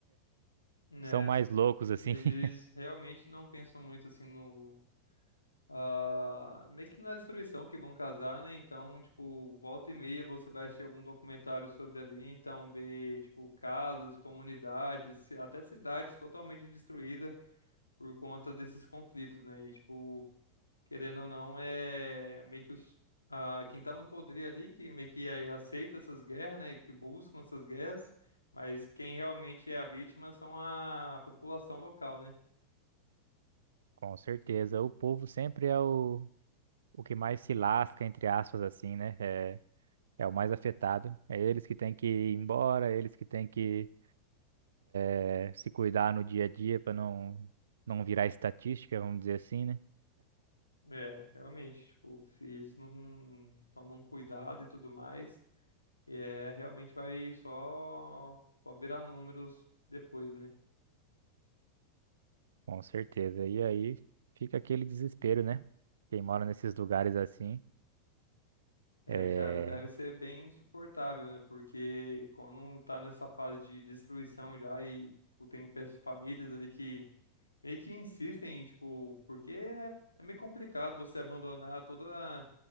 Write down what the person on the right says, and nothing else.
são mais
loucos assim.
<laughs>
Com certeza, o povo sempre é o, o que mais se lasca, entre aspas, assim, né? É, é o mais afetado. É eles que têm que ir embora, eles que têm que é, se cuidar no dia a dia para não, não virar estatística, vamos dizer assim, né?
Com certeza. E aí fica aquele desespero, né? Quem mora nesses lugares assim.
é,